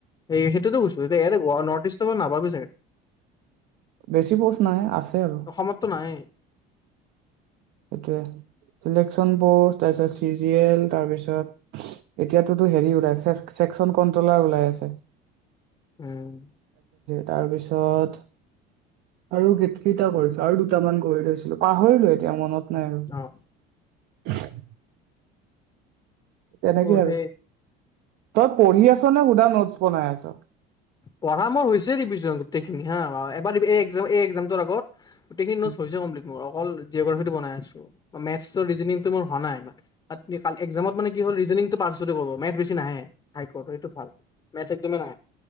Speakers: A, on the left; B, on the right.
A: সেয়ে সেইটোতো কৈছো, এয়া ইতে নৰ্থ ইষ্টৰ পৰা নাপাবি চাগে,
B: বেছি পষ্ট নাই আছে আৰু
A: অসমতটো নাইয়েই।
B: এতিয়া, ইলেকশন প'ষ্ট তাৰপাছত S S C G L তাৰপিছত এতিয়াতোতো হেৰি ওলাই ছেকচন কন্ট্ৰলাৰ ওলাই আছে।
A: উম।
B: তাৰ পিছত, আৰু গেট কেইটা কৰিছা আৰু দুটামান কৰি থৈছিলো পাহৰি লোৱে এতিয়া মনত নাই আৰু
A: অ'।
B: <inaudible> তেনেকে
A: বঢ়ে।
B: আৰু তই পঢ়ি আছ' নে সুধা নোটছ বনাই আছ'?
A: পঢ়া মোৰ হৈছে ৰিভিজন গোটেইখিনি হা এবাৰ
B: উম,
A: এই-এই এক্জাম তোৰ আগ গোটেইখিনি নোটছ
B: উম,
A: হৈছে কম্লিট মোৰ অ' হল জিঅগ্ৰাফীটো বনাই আছো, মেথচ্ তো ৰিজনিং তো মোৰ হোৱা নাই ইমান <unintelligible> এক্জামত মানে কি হ'ল ৰিজনিটো <unintelligible> মেথছ্ বেছি নাহে হাইকৰ্টত এইটোত ভাল, মেথছ্ একদমে নাহে।